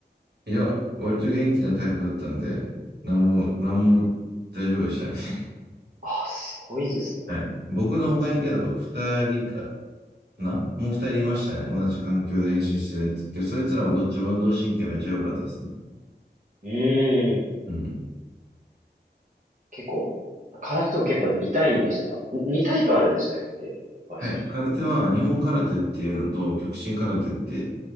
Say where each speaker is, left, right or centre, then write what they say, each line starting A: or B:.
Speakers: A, on the right; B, on the right.
A: いや、割と元気なタイプだったんで、なんも、なんも大丈夫でしたね。<laughs>
B: あ、すごいですね。
A: はい。僕の他にけど、二人かなもう二人いましたね。同じ環境で練習してるやつ。けど、そいつらもどっちも運動神経めっちゃ良かったですね。
B: うーん。
A: うん。
B: 結構、空手とか結構痛いイメージなんか、に2タイプあるんでしたっけ他の人も知っ
A: はい。空手は、日本空手っていうのと、極真空手って、